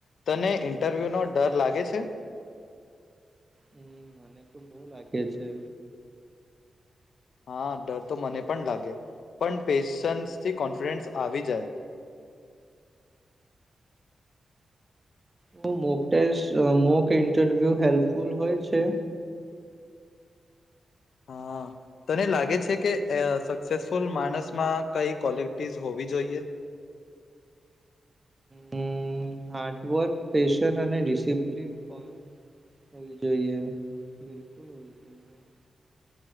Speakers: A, on the left; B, on the right.
A: તને ઈન્ટરવ્યુ નો ડર લાગે છે?
B: હમ્મ મને તો બહું લાગે છે.
A: હા ડર તો મને પણ લાગે, પણ પેશન્સ થી કોન્ફિડન્સ આવી જાય.
B: શું મોકટેસ મો કે ઇન્ટરવ્યુ હેલ્પફુલ હોય છે?
A: હા તને લાગે છે કે અ સક્સેસફુલ માણસમાં કઈ ક્વોલિટીઝ હોવી જોઈએ?
B: હમ્મ, હાર્ડવર્ક, પેશન અને ડિસિપ્લિન પણ હોવી જોઈએ, બિલકુલ હોવી જોઈએ.